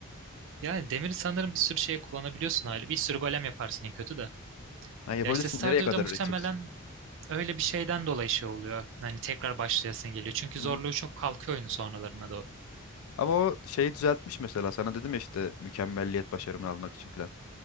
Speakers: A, on the right; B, on the left.
A: yani demiri sanırım bir sürü şeye kullanabiliyorsun hali. Bir sürü golem yaparsın en kötü de.
B: Ha, yapabilirsin.
A: Ya işte Stardew'da
B: Nereye kadar
A: muhtemelen
B: üreteceksin?
A: öyle bir şeyden dolayı şey oluyor. Hani tekrar başlayasın geliyor. Çünkü
B: Hı
A: zorluğu
B: hı.
A: çok kalkıyor oyunun sonralarına doğru.
B: Ama o şeyi düzeltmiş mesela. Sana dedim ya işte mükemmelliyet başarımını almak için falan.